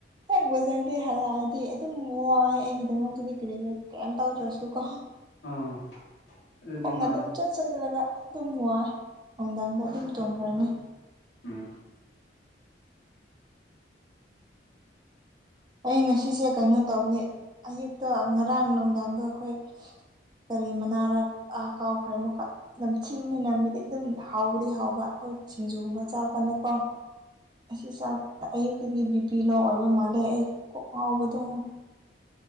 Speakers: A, on the right (about 25°); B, on the left (about 80°).
A: ꯍꯦꯛ ꯕꯖꯥꯔꯗꯩ ꯍꯜꯂꯛꯑꯗꯤ ꯑꯗꯨꯝ ꯋꯥꯏꯌꯦ ꯑꯩꯒꯤꯗꯃꯛꯇꯗꯤ ꯀꯔꯤꯔ ꯀꯦꯝ ꯇꯧꯗ꯭ꯔꯁꯨꯨ ꯀꯣ
B: ꯑꯥ ꯑꯗꯨꯗꯤ
A: ꯈꯣꯡꯅ
B: ꯃꯥꯅꯤ
A: ꯑꯗꯨꯝ ꯆꯠ ꯆꯠꯂꯒ ꯑꯗꯨꯝ ꯋꯥꯏ ꯅꯨꯡꯗꯥꯡꯗ ꯑꯗꯨꯝ ꯇꯨꯝꯈ꯭ꯔꯅꯤ
B: ꯎꯝ
A: ꯑꯩ ꯉꯁꯤꯁꯦ ꯀꯩꯅꯣ ꯇꯧꯕꯅꯤ ꯑꯌꯨꯛꯇ ꯉꯔꯥꯡ ꯅꯨꯡꯗꯥꯡꯗꯣ ꯑꯩꯈꯣꯏ ꯀꯔꯤ ꯃꯅꯥꯔ ꯑꯥ ꯀꯥꯎꯈ꯭ꯔꯦ ꯑꯃꯨꯛꯀ ꯅꯝꯊꯤꯕꯅꯤ ꯅꯝꯕꯗꯤ ꯑꯗꯨꯝ ꯍꯥꯎꯕꯗꯤ ꯍꯥꯎꯕ ꯑꯩꯈꯣꯏ ꯁꯤꯡꯖꯨꯒꯨꯝꯕ ꯆꯥꯕꯀꯥꯟꯗꯀꯣ ꯑꯁꯤ ꯆꯥꯛ ꯑꯌꯨꯛꯇꯒꯤ ꯕꯤꯄꯤ ꯂꯣ ꯑꯣꯏꯕ ꯃꯥꯜꯂꯦ ꯑꯩ ꯀꯣꯛꯉꯥꯎꯕꯗꯣ